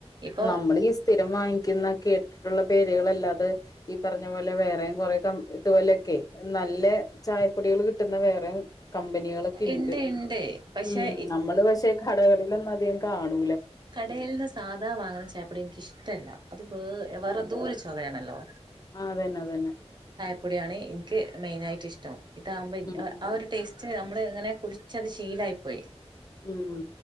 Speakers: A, on the right (about 40°); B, on the left (about 35°).
A: ഇപ്പൊ
B: നമ്മൾ ഈ സ്ഥിരം വാങ്ങിക്കുന്നൊ കേെ കേട്ടിട്ടുള്ള പേരുകളല്ല അത് ഈ പറഞ്ഞ പോലെ വേറെ കൊറെ ക ഇതുപോലെയൊക്കെ നല്ല ചായപ്പൊടികൾ കിട്ടുന്ന വേറെ കമ്പനികളൊക്കെ
A: ഇണ്ട്
B: ഉണ്ട്
A: ഇണ്ട് പക്ഷെ
B: ഉ നമ്മള് പക്ഷെ കടകളിൽൊന്നും അധികം കാണൂ
A: കടയിൽന്ന് സാധാരണ വാങ്ങുന്ന ചേപ്പട എനിക്ക ഇഷ്ടമല്ല അത് വേ വേറെ എന്തോ ഒരു ചവയാണല്ലോ
B: ആ അതന്നെ അതന്നെ
A: പ്പടെയാണ് എനിക്ക് മെയിന ആായിട്ട് ഇഷ്ടം ഇത്ാുമ്പ
B: ഉം ഉം
A: ആ ഒരു ടേസ്റ്റ് നമ്മള് ഇങ്ങനെ കുടിച്ചത് ശീലായി പോയി
B: ഉം